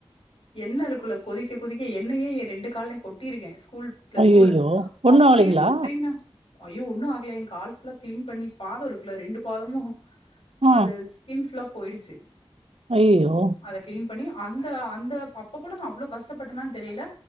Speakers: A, on the left; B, on the right.
A: எண்ணெ இருக்கோல்ல கொதிக்க கொதிக்க எண்ணெய்யே ஏ ரெண்டு கால்லயு கொட்டிருக்க ஸ்கூல் பிளஸ்
B: ஐயையோ
A: டூல்ல
B: ஒண்ணு
A: அப்ப
B: ஆகலைங்களா
A: இருந்தப்பெய்ன்னா ஐயோ ஒன்னும் ஆகல எ கால் ஃபுல்லா கிளீன் பண்ணி பாதோ இருக்குல ரெண்டு பாதமு
B: ஆ
A: அது ஸ்கின் ஃபுல்லா போயிடுச்சு
B: அய்யய்யோ
A: அத கிளீன் பண்ணி அந்த அந்த அப்ப கூட நான் அவ்ளோ கஷ்டப்பட்டேனான்னு தெரில